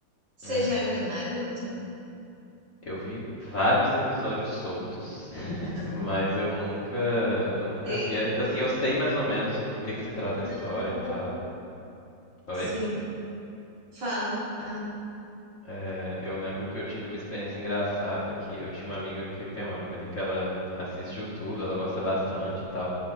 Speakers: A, on the right (about 70°); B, on the left (about 45°).
A: Você
B: é,
A: já viu Naruto?
B: eu vi vários episódios soltos, <laughs>
A: Não.
B: mas eu nunca, eu nunca
A: Sei.
B: vi, a- assim, eu sei mais ou menos do que que se trata a
A: Naruto,
B: história e tal. Oi?
A: Sim. Fala. fala.
B: É, eu lembro que eu tive uma experiência engraçada que eu tinha uma amiga que tem uma amiga, né, que ela assistiu tudo, ela gosta bastante e tal.